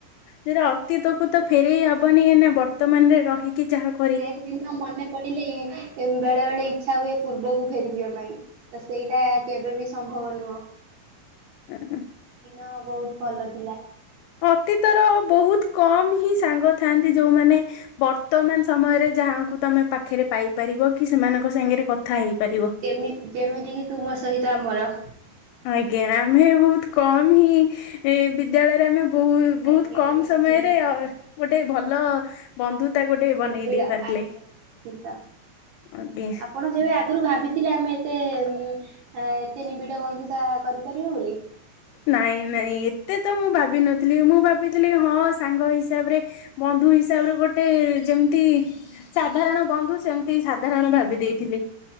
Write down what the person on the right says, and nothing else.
ସେଦିନ ମନେ ପଡିଲେ ଏ ବେଳେ ବେଳେ ଇଚ୍ଛା ହୁଏ ପୂର୍ବକୁ ଫେରିଯିବା ପାଇଁ। ତ ସେଇଟା କେବେ ବି ସମ୍ଭବ ନୁହଁ।
ଦିନ ବହୁତ୍ ଭଲ ଥିଲା।
ଏମି ଯେମିତିକିି ତୁମ ସହିତ ଆମର
ଆଜ୍ଞା
ନିଶ୍ଚିନ୍ତ
ନିବିଡ଼
ଆଜ୍ଞା ନିଶ୍ଚିନ୍ତ।
ଆପଣ ଯେବେ ଆଗୁରୁ ଭାବିଥିଲେ ଆମେ ଏତେ ଉଁ ଆ ଏତେ ନିବିଡ଼ ବନ୍ଧୁତା କରିପାରିବା ବୋଲି?